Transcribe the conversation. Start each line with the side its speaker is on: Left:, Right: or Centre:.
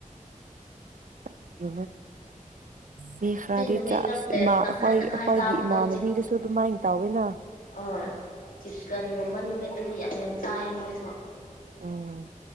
Right: <unintelligible> ꯃꯤ ꯈꯔꯗꯤ
Left: ꯑꯇꯩ ꯅꯨꯃꯤꯠꯇ
Right: ꯆꯥꯛꯁ
Left: ꯄ꯭ꯂꯦꯠ
Right: ꯏꯃꯥ
Left: ꯇꯪꯈꯥꯏ
Right: ꯑꯩꯈꯣꯏ
Left: ꯇꯪꯈꯥꯏ
Right: ꯑꯩꯈꯣꯏꯒꯤ
Left: ꯆꯥꯕꯗꯣ
Right: ꯏꯃꯥꯟꯅꯕꯤꯗꯨꯁꯨ ꯑꯗꯨꯝꯃꯥꯏꯟ ꯇꯧꯋꯦꯅꯥ
Left: ꯑꯣꯏ ꯆꯤꯛꯀꯟꯒꯨꯝꯕ ꯅꯨꯃꯤꯠꯇꯗꯤ ꯌꯥꯝ ꯌꯥꯝ ꯆꯥꯏꯌꯦ ꯃꯣꯏꯁꯨ
Right: ꯎꯝ